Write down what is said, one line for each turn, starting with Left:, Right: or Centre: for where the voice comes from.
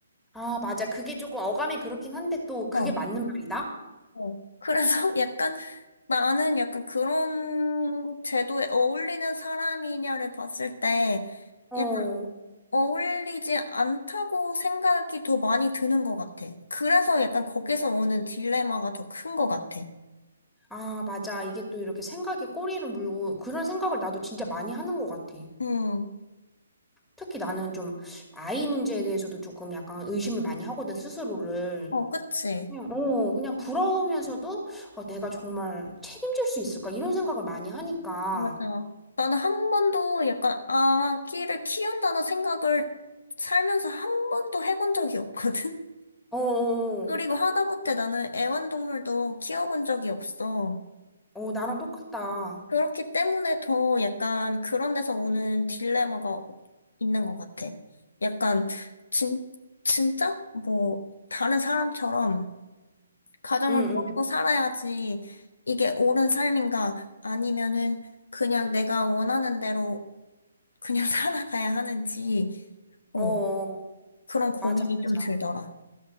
Centre: 아, 맞아. 그게 조금 어감이 그렇긴 한데 또 그게
Left: 어,
Centre: 맞는 말이다.
Left: 어. 그래서 <laughs> 약간 나는 약간 그런 제도에 어울리는 사람이냐를 봤을 때
Centre: 어,
Left: 약간 어울리지 않다고 생각이 더 많이 드는 것 같아. 그래서 약간 거기서 오는 딜레마가 더 큰 것 같아.
Centre: 아, 맞아. 이게 또 이렇게 생각에 꼬리를 물고 그런 생각을 나도 진짜 많이 하는 것 같아.
Left: 음,
Centre: 특히 나는 좀 아이 문제에 대해서도 조금 약간 의심을 많이 하거든, 스스로를.
Left: 어, 그치.
Centre: 그냥, 어, 그냥 부러우면서도 어, 내가 정말 책임질 수 있을까? 이런 생각을 많이 하니까.
Left: 맞아. 나는 한 번도 약간 아기를 키운다는 생각을 살면서 한 번도 해본 적이 없거든.
Centre: 어, 어,
Left: 그리고 하다못해 나는 애완동물도 키워본 적이 없어.
Centre: 어, 나랑 똑같다.
Left: 그렇기 때문에 더 약간 그런 데서 오는 딜레마가 있는 것 같아. 약간, 진, 진짜? 뭐, 다른 사람처럼 가정을
Centre: 응,
Left: 꾸리고 살아야지 이게 옳은 삶인가 아니면은 그냥 내가 원하는 대로 그냥 <laughs> 살아가야 하는지, 어,
Centre: 응. 어, 어.
Left: 그런 고민이
Centre: 맞아, 맞아.
Left: 좀 들더라.